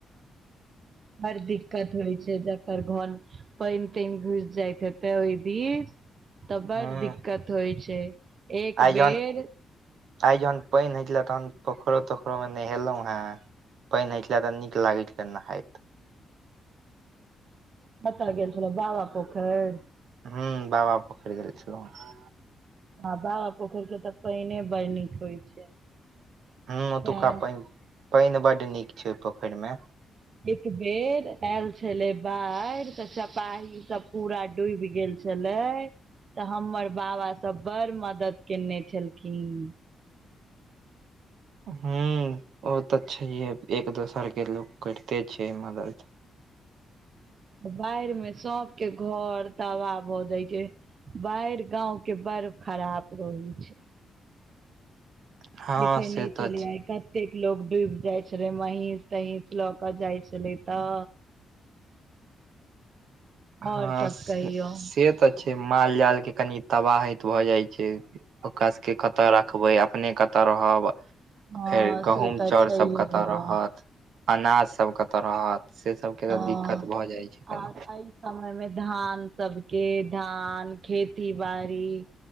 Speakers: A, on the right; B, on the right.
A: बड़ दिक्कत होइ छै जकर घर पानि तानि घुस जाइत हेतै ओई दिस तऽ बड़
B: हूँ
A: दिक्कत होइ छै, एक
B: आइ
A: बेर
B: जहन आइ जहन पानि होई छलै या तहन पोखरो तोखरो मे नहेलौ हें पैनिक होई छलैया तऽ नीक लागैछलए नहाईत
A: कत गेल छलौं बाबा पोखैर
B: हू बाबा पोखरि गेल छलौ हें।
A: हँ बावा पोखैरके त पैनि बर नीक होइ छै।
B: हूँ ओतुका
A: सएह
B: पै पानि बड नीक छै ओ पोखरि मे
A: एक बेर आयल छेलै बाढ़ि त चपाही सब पूरा डूबि गेल छ। छलै तऽ हमर बाबा सब बड़ मदद केने छलखिन।
B: हूँ ओ तऽ छैहिए एक दोसर के लोक करिते छै मदद
A: बाढ़ि मे सबके घर ताबाह भऽ जय छै बाढ़ि गांव के बर खराप रहै छै
B: <inaudible>
A: दिखेनाइ
B: से
A: नै चलै
B: तऽ छै
A: आइ कतेक लोग डूइब जाय छलै महींस तहींस लऽ क जाय छलै तऽ
B: हँ
A: आओर सब
B: से
A: कहियौ
B: सेत माल जाल के कनि तबाहीत भए जाय छै ओका सब के कत राख खबै अपने कतऽ रहब
A: हँ
B: फेर गहूँम
A: से तऽ
B: चाउर
A: छैहे
B: सब कतऽ
A: बौआ
B: रहत अनाज सब कतऽ रहत से सबके
A: हँ
B: तऽ दिक्कत भऽ जाइ छै
A: आर
B: कनि।
A: एहि समय मे धान सबके धान खेती बाड़ी